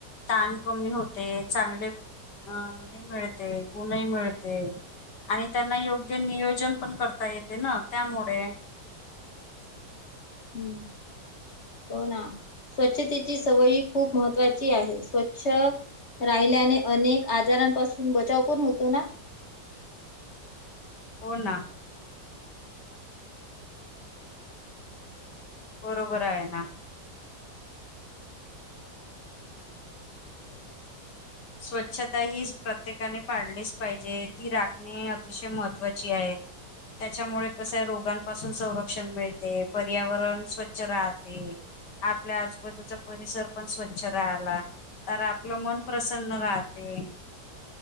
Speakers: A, on the left (about 70°); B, on the left (about 40°).
A: ताण कमी होते चांगले अं हे मिळते गुणही मिळते. आणि त्यांना योग्य नियोजन पण करता येते ना त्यामुळे,
B: हम्म हो ना स्वच्छतेची सवयी खूप महत्त्वाची आहे स्वच्छ, राहिल्याने अनेक आजारांपासून बचाव पण होतो ना?
A: हो ना. बरोबर आहे ना. स्वच्छता ही प्रत्येकाने पाडलीच पाहिजे ती राखणे अतिशय महत्त्वाची आहे. त्याच्यामुळे कसय रोगांपासून संरक्षण मिळते पर्यावरण स्वच्छ राहते. आपल्या आजूबाजूचा परिसर पण स्वच्छ राहिला तर आपलं मन पण, प्रसन्न राहते.